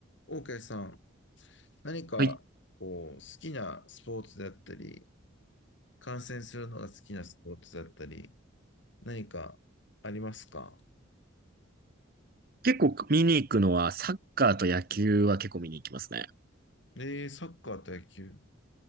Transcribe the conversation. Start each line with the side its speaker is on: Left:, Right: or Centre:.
Left: OK さん、何かこう好きなスポーツだったり、
Right: はい。
Left: 観戦するのが好きなスポーツだったり、何かありますか
Right: 結構見に行くのは、サッカーと野球は結構見に行きますね。
Left: えー、サッカーと野球。